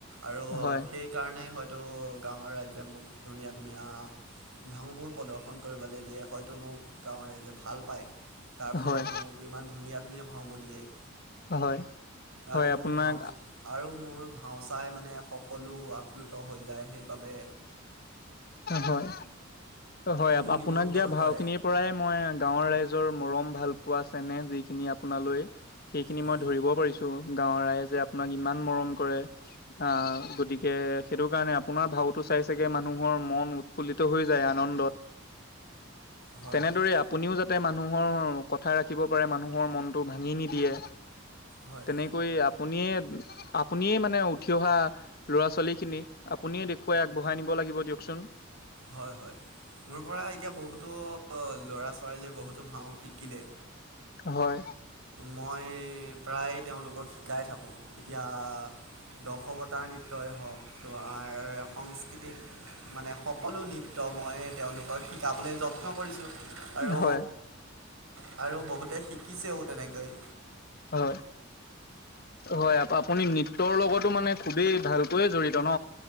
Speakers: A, on the right; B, on the left.
A: আৰু
B: হয়
A: সেইকাৰণে এ হয়তো গাঁৱৰ ৰাইজে মোক ধুনীয়া ধুনীয়া ভাওবোৰ প্ৰদৰ্শন কৰিবলৈ দিয়ে হয়তো তাৰ ফলত
B: হয়
A: মোক ইমান ধুনীয়া ধুনীয়া ভাওঁ বো দিয়ে।
B: হয়
A: আৰু
B: হয় আপোনাক
A: মোৰ ভাও আৰু মোৰ ভাওচাই মানে সকলো আপ্লুত হৈ যায় সেইবাবে
B: হয়, হয়
A: মোক
B: আপোনাক
A: নিমন্ত্ৰণো
B: দিয়া ভাও
A: কৰে
B: খিনিৰ পৰাই মই গাঁৱৰ ৰাইজ মৰম ভাল পোৱা চেনেহ যিখিনি আপোনালৈ সেইখিনি
A: হয়
B: মই ধৰিব পাৰিছো। গাৱৰ ৰাইজে আপোনাক ইমান মৰম কৰে আহ গতিকে সেইটো কাৰণে আপোনাৰ ভাল। ভাওটো চাই চাগে মানুহৰ মন উৎফুল্লিত হৈ যায়। আনন্দত
A: হয়
B: তেনেদৰে
A: হয়
B: আপুনিও যাতে তে মানুহৰ কথা ৰাখিব পাৰে মানুহৰ মনটো ভাঙি নিদিয়ে।
A: হয়
B: তেনেকৈ। আপুনিয়ে আপুনিয়ে মানে উঠি অহা ল'ৰা ছোৱালী খিনিক আপুনিয়ে দেখুৱাই আগবঢ়াই নিব। লাগিব দিয়কচোন।
A: হয়, হয়, মোৰ পৰা এতিয়া বহুতো ল'ৰা ছৰালীয়ে বহুতো ভাওঁ শিকিলে।
B: হয়।
A: মই প্ৰায় তেওঁলোকক শিকাই থাকোঁ। এতিয়া দখবতি নৃত্যই হওক, তোমাৰ সংস্কৃতিক মানে সকলো নৃত্যক মই তেওঁ তেওঁলোকক শিকাবলৈ যত্ন কৰিছোঁ। আৰু
B: হয়
A: -আৰু বহুতে শিকিছেও তেনেকৈ।
B: হয়। হয়, আপুনি নৃত্যৰ লগতো মানে খুবেই ভালকৈয়ে জৰি়ত ন?